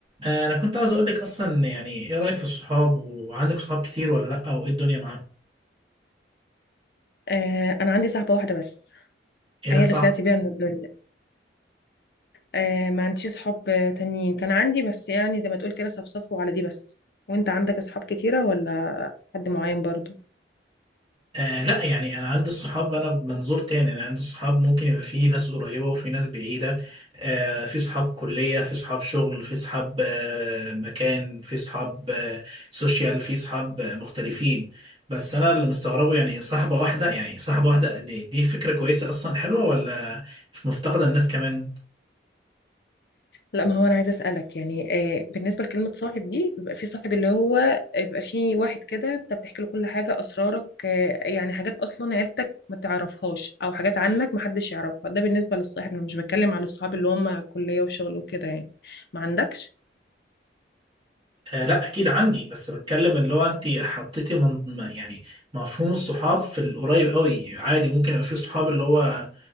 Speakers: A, on the right; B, on the left.
A: آه، انا كنت عاوز اقول لك اصلا يعني ايه رايك في الصحاب وعندك صحاب كتير ولا لا او ايه الدنيا معاهم
B: آه انا عندي صاحبه واحده بس
A: ايه
B: هي
A: ده صعب
B: اللي طلعت بيها من الدنيا آه ما عنديش صحاب تانيين كان عندي بس يعني زي ما تقول كده صفصفوا على دي بس وانت عندك اصحاب كتيره ولا حد معين برضو
A: آه لا يعني انا عندي الصحاب انا بمنظور تاني انا عندي الصحاب ممكن يبقى في ناس قريبه وفي ناس بعيده آه في صحاب كليه في صحاب شغل في صحاب آه مكان في صحاب آه سوشيال في صحاب آه مختلفين بس انا اللي مستغربه يعني صاحبه واحده يعني صاحبه واحده دي, دي فكره كويسه اصلا حلوه ولا مفتقده الناس كمان
B: لا ما هو انا عايزه اسالك يعني آه بالنسبه لكلمه صاحب دي بيبقى في صاحب اللي هو آه، بيبقى في واحد كده انت بتحكي له كل حاجه اسرارك آه يعني حاجات اصلا عيلتك ما تعرفهاش او حاجات عنك ما حدش يعرفها ده بالنسبه للصاحب انا مش بتكلم على الصحاب اللي هم كليه وشغل وكده يعني ما عندكش
A: آه لا اكيد عندي بس بتكلم اللي هو انت حطيتي من م- يعني مفهوم الصحاب في القريب قوي عادي ممكن يبقى في صحاب اللي هو